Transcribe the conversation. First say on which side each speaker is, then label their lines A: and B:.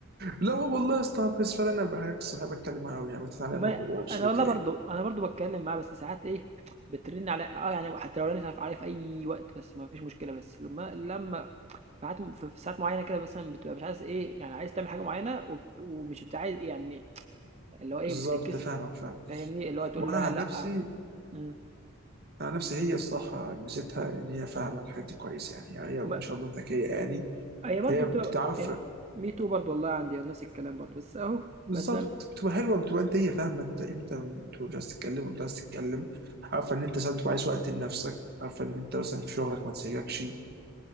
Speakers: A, on the right; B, on the right.
A: لا هو والله يا اسطى بس فعلا انا بحكي صحابي بتكلم معاهم يعني مثلا انا
B: ما
A: ببقى مبسوط
B: أنا والله
A: يعني
B: برضه أنا برضه باتكلم معاها بس ساعات إيه بترن عليَّ آه، يعني حتى لو رنت ف عليَّ في أي وقت بس ما فيش مشكلة، بس لما لما ساعات في في ساعات معينة كده مثلًا بتبقى مش عايز إيه، يعني عايز تعمل حاجة معينة وبت ومش بت عايز يعني اللي هو إيه
A: بالظبط
B: بتتكسف
A: فاهمك فاهم
B: فاهمني، اللي هو تقول
A: وانا
B: لها
A: عن
B: لأ،
A: نفسي
B: إمم.
A: انا نفسي هي الصراحه ميزتها ان هي فاهمه الحاجات دي كويس يعني يعني هي ما
B: ما
A: شاء الله ذكيه يعني
B: هي برضه
A: فهي
B: بتبقى
A: بتعرف
B: ال me too برضه والله عندي نفس الكلام برضه، بس أهو
A: بالظبط
B: بس م
A: بتبقى حلوه بتبقى انت هي فاهمه انت امتى بتبقى مش عايز تتكلم وامتى عايز تتكلم عارفه ان انت ساعات بتبقى عايز وقت لنفسك عارفه ان انت مثلا في شغلك ما تسيبكش